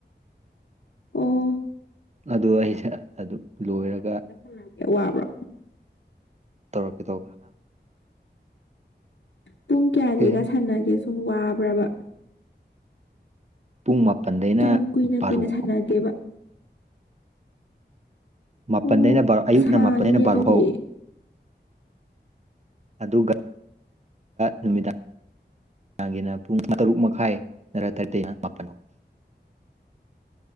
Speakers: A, on the left; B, on the right.
A: ꯑꯣꯥ
B: ꯑ ꯑꯩꯁꯦ ꯑꯗꯨꯝ ꯂꯣꯏꯔꯒ
A: ꯀꯌꯥꯗ ꯁꯥꯟꯅꯒꯦ ꯋꯥꯕ꯭ꯔꯣ
B: ꯇꯧꯔꯛꯀꯤꯗꯣ
A: ꯄꯨꯡ ꯀꯌꯥꯗꯒꯤꯒ
B: ꯀꯩ ꯍꯥꯏꯅꯣ
A: ꯁꯥꯟꯅꯒꯦ ꯁꯨꯝ ꯋꯥꯕ꯭ꯔꯕ
B: ꯄꯨꯡ ꯃꯥꯄꯟꯗꯩꯅ
A: ꯌꯥꯝ ꯀꯌꯥꯝ ꯀꯨꯏꯅ
B: ꯕꯥꯔꯣ
A: ꯀꯨꯏꯅ ꯁꯥꯟꯅꯒꯦꯕ
B: ꯐꯥꯎ ꯃꯥꯄꯜꯗꯩꯅ
A: ꯑꯣ
B: ꯕꯥꯔꯣ ꯑꯌꯨꯛꯅ
A: ꯁꯥꯡꯉꯤꯅꯦ
B: ꯃꯥꯄꯜꯗꯩꯅ ꯕꯥꯔꯣꯍ
A: ꯑꯗꯨꯗꯤ
B: ꯑꯗꯨꯒ ꯅꯨꯃꯤꯗꯥꯡ ꯅꯥꯡꯒꯤꯅ ꯄꯨꯡ ꯇꯔꯨꯛ ꯃꯈꯥꯏ ꯅꯔꯥꯊꯔꯠꯇꯅ ꯃꯥꯄꯜ